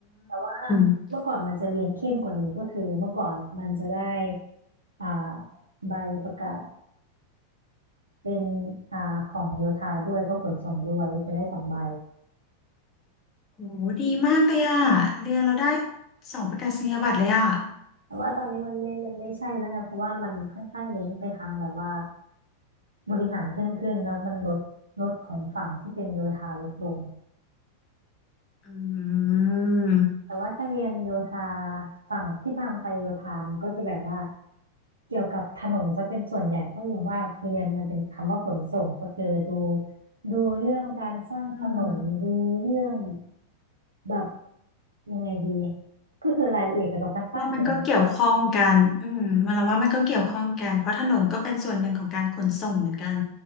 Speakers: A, on the right; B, on the left.
A: แต่ว่า
B: ม
A: เมื่อก่อนมันจะเรียนเข้มกว่านี้ก็คือเมื่อก่อนมันจะได้อ่าใบประกาศเป็นอ่าของโยธาด้วยก็ขนส่งด้วยก็คือได้สองใบ
B: โหดีมากเลยอ่ะเรียนเราได้สองประกาศนียบัตรเลยอ่ะ
A: แต่ว่าตอนนี้มันไม่มันไม่ใช่แล้วไงเพราะว่ามันค่อนข้างเน้นไปทางแบบว่าบริหารเพิ่มขึ้นแล้วมันลดลดของฝั่งที่เป็นโยธาลดลง
B: อืม
A: แต่ว่าถ้าเรียนโยธาฝั่งที่พังไปโยธามันก็จะแบบว่าเกี่ยวกับถนนซะเป็นส่วนใหญ่เพราะอย่างว่าคือเรียนมันเป็นคำว่าขนส่งก็คือดูดูเรื่องการสร้างถนนดูเรื่อง
B: อืม
A: แบบยังไงดีก็คือรายละเอียดเกี่ยวกับการสร้างถนน
B: ว่ามันก็เกี่ยวข้องกันอืมมันเราว่ามันก็เกี่ยวข้องกันเพราะถนนก็เป็นส่วนหนึ่งของการขนส่งเหมือนกัน